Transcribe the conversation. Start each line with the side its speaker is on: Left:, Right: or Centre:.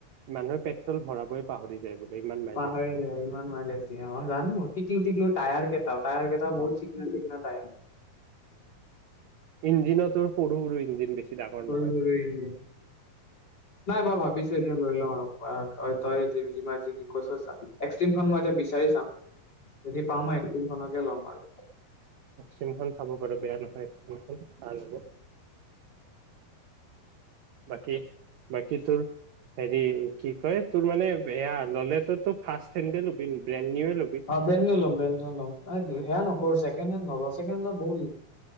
Right: মানুহে পেট্ৰল ভৰাবই পাহৰি। যায় বোলে ইমান মাইলেজ
Left: পাহৰি
Right: দিয়ে
Left: যায় ইমান মাইল আছে অ জানো টিকলু টিকলো। তায়াৰ কে? তায়াৰ কেটা বহত
Right: অ
Left: চিিকনা চিিকনা তায়াৰ।
Right: ইঞ্জিনততো সৰু সৰু ইঞ্জিন বেছি ডাঙৰ
Left: সৰু
Right: নহয়।
Left: সৰু ইঞ্জিন নাই মই ভাবিছো এতিয়া লৈ লওঁ আৰু। পৰাগ এই তই জিম জিমাৰ কৈছা এক্সট্ৰিমখন মই এতিয়া বিচাৰি চাম। যদি পামই একদখনত। কে লম আৰু
Right: অবচন খন চাব পাৰ বেয়া নহয় ভাল হব বাকী বাকী তোৰ হেৰি কি কয় তোৰ মানে বেয়া নলেজতো ফাৰ্ষ্ট ফেন্দে লবি। ল'বি
Left: অ বেনলম বেনলম আইি সেয়া নকৰো ছেকেণ্ড হেন্দ নলও ছেকেণ্ড হেন্দ ললে বহুত